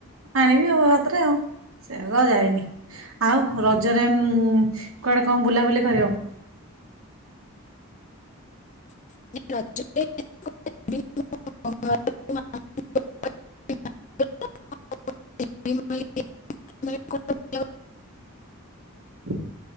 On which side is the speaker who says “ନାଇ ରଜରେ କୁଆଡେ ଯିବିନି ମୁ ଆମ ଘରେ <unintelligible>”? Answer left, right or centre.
Left